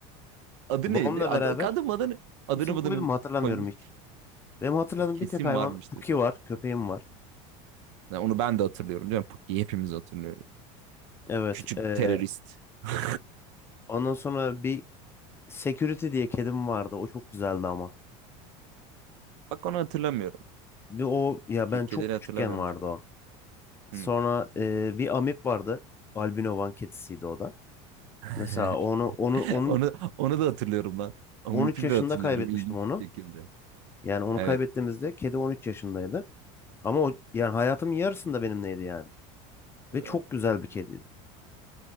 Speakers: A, on the right; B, on the left.
A: Adı
B: Babamla
A: neydi? Adı,
B: beraber
A: adı mı adı ne? Adını
B: isim koydum
A: adını
B: mu hatırlamıyorum
A: koymuş.
B: hiç. Benim hatırladığım
A: Kesin
B: bir tek hayvan
A: varmıştır.
B: Puki var. Köpeğim var.
A: Ya onu ben de hatırlıyorum değil mi? Puki'yi hepimiz hatırlıyoruz.
B: Evet.
A: Küçük
B: eee,
A: terörist. <laughs>
B: ondan sonra bir Security diye kedim vardı. O çok güzeldi ama.
A: Bak onu hatırlamıyorum.
B: Bir o ya
A: Ke
B: ben
A: kederi
B: çok küçükken
A: hatırlamıyorum
B: vardı
A: şu an.
B: o. Sonra
A: Hmm.
B: eee, bir amip vardı. Albino Van kedisiydi o da.
A: <laughs>
B: Mesela onu onu onun
A: Onu, onu da hatırlıyorum lan. O
B: 13
A: mümkün
B: yaşında
A: de hatırlıyorum
B: kaybetmiştim
A: ilginç
B: onu.
A: bir şekilde.
B: Yani onu
A: Evet.
B: kaybettiğimizde kedi 13 yaşındaydı. Ama o yani hayatımın yarısında benimleydi yani.
A: Evet.
B: Ve çok güzel bir kediydi.